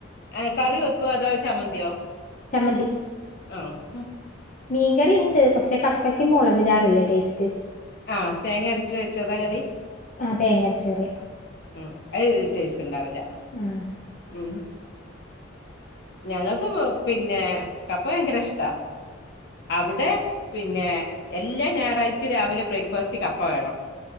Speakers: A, on the left (about 55°); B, on the left (about 40°).
A: ഏഹ് കറി വെക്കോ അതോ ചമ്മന്തിയോ
B: ചമ്മന്തി
A: ആഹ്
B: മീൻ കറി ഇണ്ട് പക്ഷെ കപ്പയ്ക്ക് മുളക് ചാറല്ലേ ടേസ്റ്റ്
A: ആഹ് തേങ്ങ അരച്ച് വെച്ചതാ കറി
B: ആഹ് തേങ്ങര്ച്ച കറിയ
A: ഉം അത് ടേസ്റ്റ് ഇണ്ടാവൂല്ല
B: ആഹ്
A: ഉം ഞങ്ങക്കും പിന്നെ കപ്പ ഭയങ്കര ഇഷ്ടാ അവ്ടെ പിന്നെ എല്ലാ ഞായറാഴ്ച രാവിലെ ബ്രേക്ക്ഫാസ്റ്റ്ന് കപ്പ വേണം